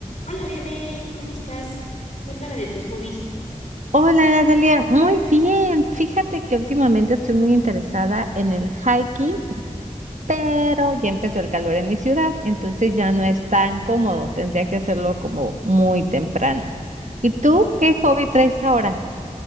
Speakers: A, on the left; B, on the right.
A: Hola, Vianey, ¿cómo estás? Cuéntame de tus hobbies.
B: Hola Natalia, muy bien. Fíjate que últimamente estoy muy interesada en el hiking, pero ya empezó el calor en mi ciudad, entonces ya no es tan cómodo. Tendría que hacerlo como muy temprano. ¿Y tú qué hobby traes ahora?